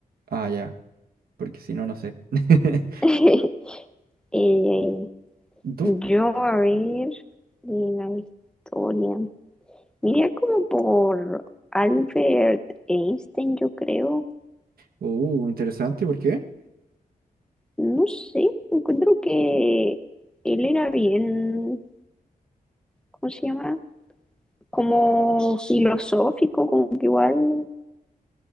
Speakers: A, on the right; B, in the centre.
A: Ah, ya, porque si no, no sé. <laughs>
B: <laughs> Eh, yo,
A: ¿Tú?
B: a ver, de la historia. Mira como por Albert Einstein, yo creo.
A: Uh, interesante, ¿por qué?
B: No sé, encuentro que él era bien, ¿cómo se llama? Como filosófico, como que igual